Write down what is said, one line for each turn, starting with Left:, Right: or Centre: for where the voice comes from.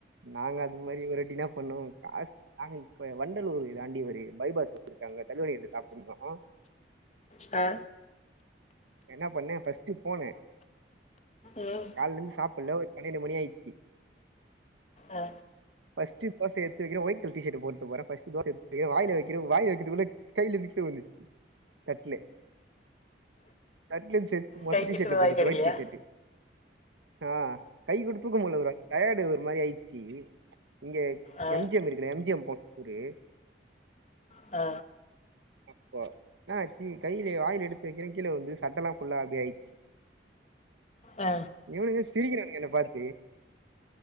Right: நாங்க அது மாரி ஒர்ராட்டி இன்ன பண்ணோ காஸ் நாங்க இப்ப வண்டலூரு தாண்டி ஒரு பைபாஸ் வச்சிர்காங்க தள்ளுவடிகிட்ட சாப்பிட்ருக்கோ
Left: ச
Right: என்ன பண்ணே பஃர்ஸ்ட்டு போனே
Left: ம்
Right: கால்லிந்து சாப்பில்ல ஒரு பன்னெண்டு மணி ஆய்ச்சு
Left: ஆ
Right: பஸ்ட் தோசய எத்து வக்கிற ஒய்ட் கலர் டீசர்டு போட்டு போற ஃபஸ்ட் தோச ஏத்து வாய்ல வைக்கற வாய வக்கிதுக்குள்ள கைல மிச்ச உந்துச்சு தட்லே தட்ல சேத் மொத்த
Left: கை
Right: டீஷர்ட்ல
Left: கிட்ட
Right: பட்டுச்சு
Left: வாய் கிடைக்கலையா
Right: ஒயிட் டீஷர்ட்டு ஆ கை குடோதூக்கமுல்ல புரோ டையடு ஒரு மாரி ஆயிச்சு இங்க
Left: ஆ
Right: எம் ஜி எம் இருக்குல எம் ஜி எம் போ ஊரே
Left: ஆ
Right: அப்போ என்னாச்சு கைல வாய்ல எடுத்து வக்கிறே கீழ ஊந்து சட்டலா ஃபுல்லா அப்டி ஆய்ச்சு
Left: ஆ
Right: இவனுங்க சிரிக்கிறானுங்க என்ன பாத்து